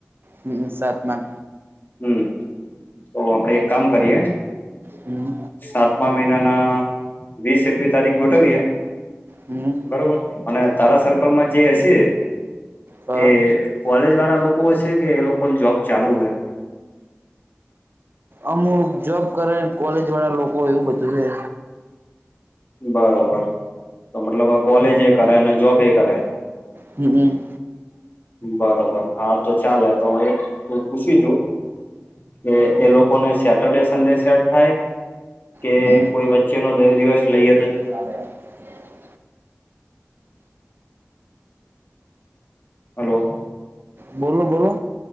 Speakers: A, on the right; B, on the left.
A: હમ સાતમા
B: હમ તો આપડે એક કામ કરીએ
A: હમ
B: સાતમા મહિનાના વીસ એકવી તારીખ ગોઠવીે
A: હમ
B: બરોબર અને તારા સર્કલ માં જે હશે
A: હા
B: એ કોલેજ વાળા લોકો હશે છે કે એ લોકો જોબ ચાલુ હોય
A: અમુક જોબ કરે કોલેજ વાળા લોકો એવું બધું એ
B: બરોબર તો મતલબ કોલેજ એ કરે અને જોબ એ કરે
A: હમમ.
B: બરોબર હા તો ચાલે તો તું પૂછી જોુ. કે એ લોકોને સેટરડે સન્ડે શર્ટ થાય. કે
A: હમ
B: કોઈ વચ્ચે નો દેવ દિવસ લઈ
A: <inaudible>
B: હલો
A: બોલો બોલો